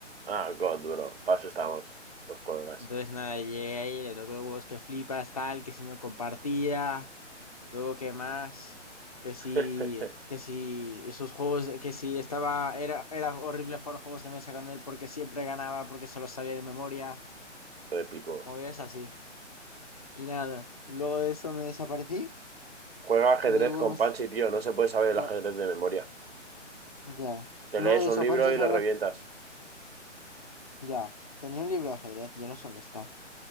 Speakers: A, on the right; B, on the left.
A: Ah, God, bro. Paso estamos. Los problemas.
B: Entonces nada, llegué ahí, le toqué los huevos que flipas, tal, que si no compartía. Luego, ¿qué más? Que si,
A: <laughs>
B: que si esos juegos, que si estaba, era, era horrible jugar juegos de mesa con él porque siempre ganaba, porque se los sabía de memoria,
A: Lo De pico.
B: movidas así. Y nada, luego de eso me desaparecí.
A: Juega ajedrez
B: Luego
A: con
B: me... s-
A: Panchi, tío. No se puede saber el
B: ta-
A: ajedrez de memoria.
B: Ya.
A: Te
B: Luego
A: lees
B: de
A: un
B: eso,
A: libro
B: Panchis
A: y
B: ahora...
A: le revientas.
B: Ya. Tenía un libro de ajedrez, ya no sé dónde está.